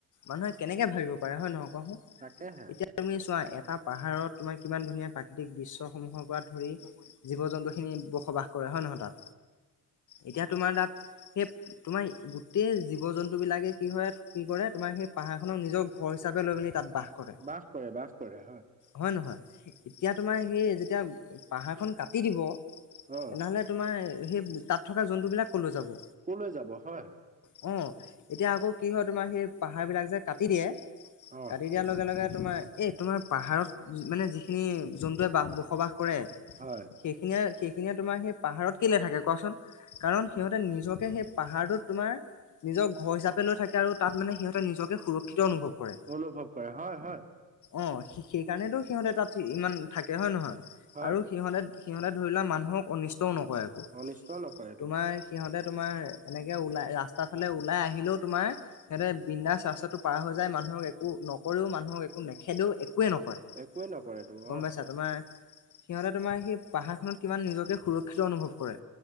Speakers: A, on the left; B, on the right.
A: মানুহে কেনেকে ভাবিব পাৰে হয়নে নহয় কোৱাচোন।
B: তাকেহে,
A: এতিয়া তুমি চোৱা এটা পাহাৰত তোমাৰ কিমান ধুনীয়া প্ৰাকৃতিক, সমূহৰ পৰা ধৰি জীৱ জন্তুখিনি বসবাস কৰে হয় নহয় তাত। এতিয়া তোমাৰ তাত সেই তোমাৰ গোটেই জীৱ জন্তু বিলাকে কি কৰে কি কৰে তোমাৰ, সেই পাহাৰ খনৰ নিজৰ ঘৰ হিচাপে লৈ পি তাত বাস কৰে
B: বাস কৰে বাস কৰে
A: হয় নহয়। এতিয়া তোমাৰ সেই যেতিয়া পাহাৰ খন কাটি দিব তেনেহলে
B: অ
A: তোমাৰ সেই তাত থকা জন্তুবলাক কলৈ যাব।
B: কলৈ যাব হয়।
A: অ', এতিয়া আকৌ কি হয় তোমাৰ সেই পাহাৰ বিলাক যে কাটি দিয়ে কাটি
B: অ
A: দিয়াৰ লগে-লগে তোমাৰ এই তোমাৰ পাহাৰত মানে যিখিনি জন্তুৱে ব বসবাস কৰে
B: হয়
A: সেইখিনিয়ে-সেইখিনিয়ে তোমাৰ সেই পাহাৰত কেলে থাকে কোৱাচোন কাৰণ সিহঁতে নিজকে সেই পাহাৰটোত তোমাৰ নিজৰ ঘৰ হিচাপে লৈ থাকে আৰু তাত মানে সিহঁতে নিজকে সুৰক্ষিত অনুভৱ, কৰে
B: অনুভৱ কৰে হয়-হয়।
A: অ' সেইকাৰণেতো সিহঁতে তাত ইমান থাকে হয় নহয়
B: হয়
A: আৰু সিহঁতে, সিহঁতে ধৰি লোৱা মানুহক অনিষ্টও নকৰে একো
B: অনিষ্ট নকৰেতো
A: তোমাৰ সিহঁতে, তোমাৰ এনেকে ওলাই ৰাস্তা ফালে ওলাই আহিলেও তোমাৰ সহঁতে বিন্দাস ৰাস্তাটো। পাৰ হৈ যায় মানুহক একো নকৰো মানুহক একো নেখেদেও। একোৱে নকৰে
B: একোৱে নকৰেতো
A: গম
B: অ
A: পাইছা তোমাৰ সিহঁতে তোমাৰ সেই পাহাৰ খনত কিমান নিজকে সুৰক্ষিত অনুভৱ কৰে